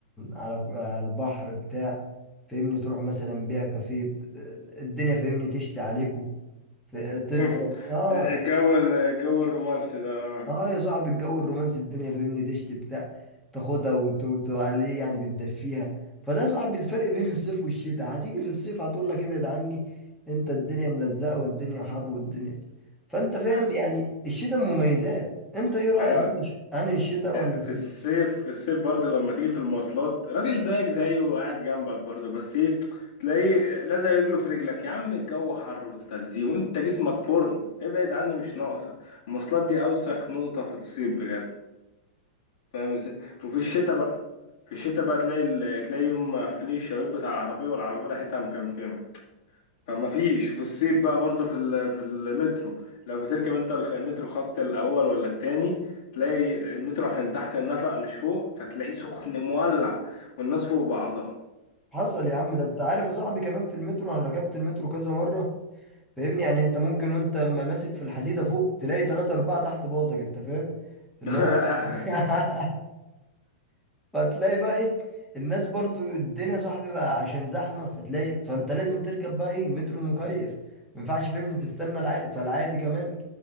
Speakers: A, in the centre; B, on the left.
A: على ك- على البحر بتاع فاهمني تروح مثلا بيها كافيه بت- آه، الدنيا فاهمني تشتي عليكم ف- تفضل
B: <laughs>
A: اه
B: الجو الجو الرومانسي ده آه.
A: اه يا صاحبي الجو الرومانسي الدنيا فاهمني تشتي بتاع تاخدها وت- وتعليه يعني بتدفيها فده يا صاحبي الفرق <laughs> بين الصيف والشتاء هتيجي في الصيف هتقول لك ابعد عني انت الدنيا ملزقه والدنيا حر والدنيا فانت فاهم
B: اه
A: يعني الشتاء مميزات انت ايه رايك
B: آه.
A: انا الشتاء
B: لا
A: ولا
B: في
A: الصيف
B: الصيف في الصيف برضه لما تيجي في المواصلات راجل زيك زيه وقاعد جنبك برضه بس ايه تلاقيه لازق رجله في رجلك يا عم الجو حر وتلزيق وانت جسمك فرن ابعد عني مش ناقصه المواصلات دي اوسخ نقطه في الصيف بجد فاهم ازاي وفي الشتاء بقى في الشتاء بقى تلاقي ال- تلاقي مقفلين الشبابيك بتاع العربيه والعربيه ريحتها مكمكمه فما فيش في الصيف بقى برضو في ال- في المترو لو بتركب انت الخ- المترو خط الاول ولا التاني تلاقي المترو عشان تحت النفق مش فوق فتلاقيه سخن مولع والناس فوق بعضها
A: حصل يا عم ده انت عارف يا صاحبي كمان في المترو انا ركبت المترو كذا مره فاهمني يعني انت ممكن وانت ما ماسك في الحديده فوق تلاقي ثلاثة أربعة تحت باطك انت فاهم اللي
B: <laughs>
A: هو <laughs> فتلاقي بقى ايه الناس برضو الدنيا صاحبي بقى عشان زحمة فتلاقي فانت لازم تركب بقى ايه المترو المكيف ما ينفعش فهمني تستنى العادي فالعادي كمان